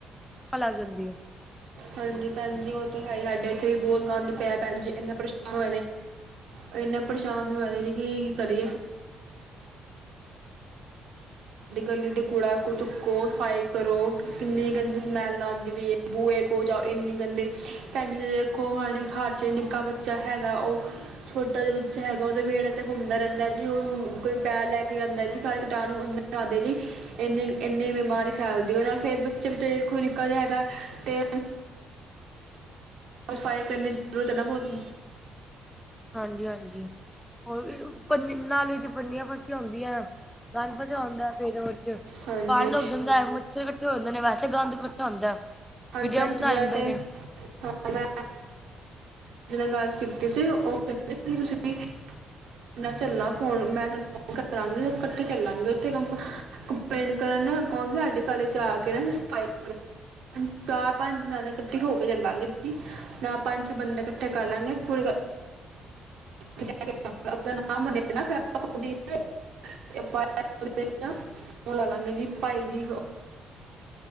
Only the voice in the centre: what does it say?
ਲੱਗ ਜਾਂਦੀ ਹੈ।
ਹਾਂਜੀ- ਹਾਂਜੀ, ਹੋਰ ਵੀ ਪੰਨੀ ਨਾਲੇ 'ਚ ਪੰਨੀਆਂ ਫਸੀਆਂ ਹੁੰਦੀਆਂ। ਗੰਦ ਫਸਿਆ ਹੁੰਦਾ ਫੇਰ, ਉਹ ਚ'
ਪਾੜ ਨ ਉੱਗ ਜਾਂਦਾ ਹੈ। ਜਦੇ ਇਕੱਠੇ ਹੁੰਦੇ ਨੇ ਵੈਸੇ ਗੰਦ ਇਕੱਠਾ ਹੁੰਦਾ। ਫਿਰ
ਜਮਸ
ਆ
ਜਾਂਦੇ
ਨੇ